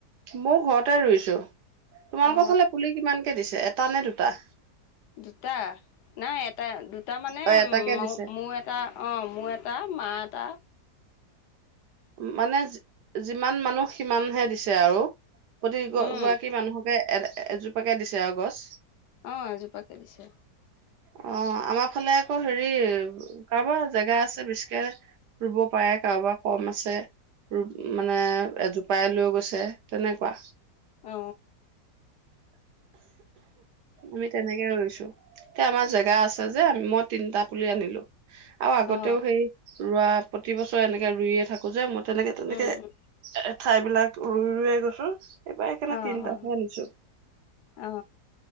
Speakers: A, on the right (about 75°); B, on the left (about 75°).
A: মই ঘৰতে ৰুইছো তোমালোকৰ
B: অ
A: ফালে কিমানকে দিছে এটা নে দুটা
B: দুটা নাই এটা দুটা মানে
A: অ এটাকে
B: ম
A: দিছে
B: মোৰ এটা অঁ মোৰ এটা মা এটা
A: মানে যিমান মানুহ সিমানহে দিছে আৰু প্ৰতি গৰাকী
B: উম
A: মানুহকে এ এজোপাকে দিছে আৰু গছ
B: আহ এজোপাে দিছে
A: অ আমাৰ ফালে আকৌ হেৰি কাৰোবাৰ জেগা আছে বেছিকে ৰুব পাৰে কাৰোবাৰ কম আছে মানে এজোপাই লৈ গৈছে তেনেকুৱা
B: অ
A: আমি তেনেকে ৰৈছো এতিয়া আমাৰ জেগা আছে যে মই তিনটা পুলি আনিলো আৰু আগতেও
B: অ
A: সেই ৰোৱা প্ৰতি বছৰে এনেকে ৰুয়ে থাকো যে মই তেনেকে তেনেকে
B: উম উম
A: ঠাই বিলাক উৰুই উৰুৱে গৈছো এইবাৰ সেইকাৰণে
B: অ
A: তিনিটা
B: অ
A: আনিছো
B: অ